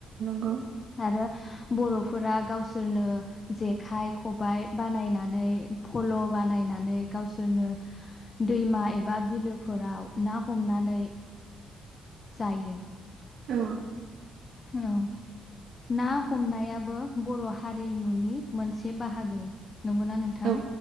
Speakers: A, on the right; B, on the left.
A: गौ
B: आरो बर'फोरा गावसोरनो जेखाइ, खबाइ बानायनानै फल' बानायनानै गावसोरनो दैमा एबा बिलोफोराव ना हमनानै जायो।
A: औ
B: औ, ना हमनायाबो बर' हारिमुनि मोनसे बाहागो। नंगौना नोंथां?
A: औ